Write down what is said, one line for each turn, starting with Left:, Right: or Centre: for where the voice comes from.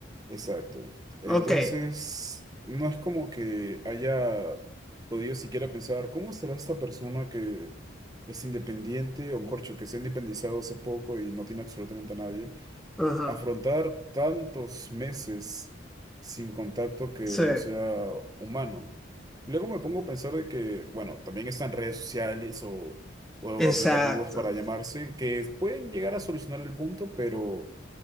Right: Exacto. Entonces,
Centre: Ok,
Right: no es como que haya podido siquiera pensar, ¿cómo será esta persona que es independiente, o mejor dicho, que se ha independizado hace poco y no tiene absolutamente a nadie?
Centre: ajá,
Right: Afrontar tantos meses sin contacto que
Centre: sí,
Right: no sea humano. Luego me pongo a pensar de que, bueno, también están redes sociales o, o
Centre: exacto.
Right: aplicativos para llamarse que pueden llegar a solucionar el punto, pero